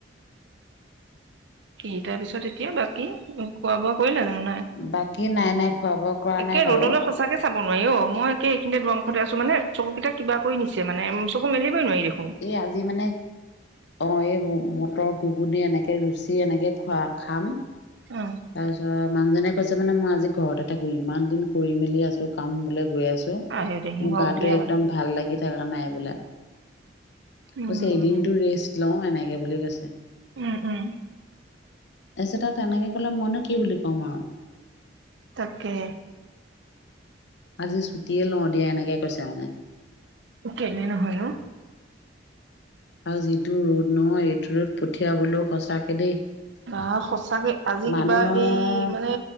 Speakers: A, on the right; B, on the left.
A: কি, তাৰপিছত এতিয়া বাকী খোৱা-বোৱা কৰিলা জানোঁ, নাই?
B: বাকী নাই, নাই খোৱ-বোৱা কৰা
A: একে
B: নাই বাৰু।
A: ৰ'দলৈ সঁচাকে চাব নোৱাৰি অ, মই একে এইখিনিতে দৰমুখতে আছো মান চকু কেইটা কিবা কৰি নিছে মানে, চকু মেলিবই নোৱাৰি দেখো
B: এই আজি মানে অ, এই মটৰ, ঘুগুনি এনেকে ৰুচি এনেকে, খোৱা খাম।
A: উম,
B: তাৰ পিছত মানুহজনে কৈছে মানে মই আজি ঘৰতে থাকিম, ইমান দিন কৰি-মেলি আছো, কাম বোলে গৈ আছো।
A: আহে দে সিহক
B: মোৰ, গাটো
A: দিয়া
B: একদম ভাল লাগি থকা নাই বোলে,
A: উম
B: কৈছে এদিনটো ৰেষ্ট লওঁ, এনেকে বুলি কৈছে।
A: উম, উম,
B: তাপিছতে তেনেকে ক'লে মইনো কি বুলি কম আৰু।
A: তাকে।
B: আজি চুটিয়ে লওঁ দিয়া, এনেকে কৈছে মানে।
A: কেলে, নহয় নো?
B: আৰু যিটো ৰ'দ নহয়, এইটো ৰ'দ পঠিয়াবলৈও সঁচাকৈ দেই।
A: বা সঁচাকে, আজি
B: মানুহৰ
A: কিবা, এই মানে